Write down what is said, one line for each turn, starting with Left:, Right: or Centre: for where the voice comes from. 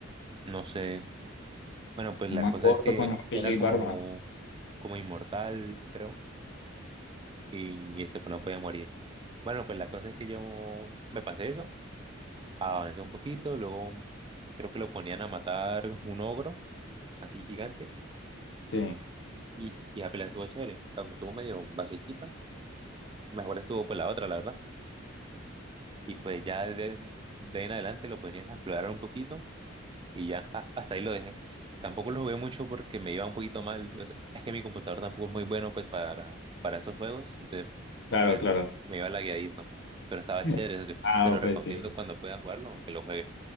Right: no sé. Bueno, pues la
Left: Un man
Right: cosa
Left: gordo
Right: es que
Left: con martillo
Right: era
Left: y
Right: como,
Left: barba.
Right: como inmortal, creo, y este pues no podía morir. Bueno, pues la cosa es que yo me pasé eso, avancé un poquito, luego creo que lo ponían a matar un ogro, así gigante,
Left: Sí,
Right: y, y apenas estuvo chévere, aunque estuvo medio basiquita, mejor estuvo por la otra, la verdad. Y pues ya de, de ahí en adelante lo ponían a explorar un poquito y ya ah, hasta ahí lo dejé. Tampoco lo jugué mucho porque me iba un poquito mal. o sea, es que mi computador tampoco es muy bueno pues para, para esos juegos, entonces
Left: claro,
Right: pues
Left: claro.
Right: me iba lagueadito. Pero estaba
Left: Mm.
Right: chévere, socio.
Left: Ah,
Right: Se lo recomiendo
Left: pues sí.
Right: cuando pueda jugarlo, aunque lo juegue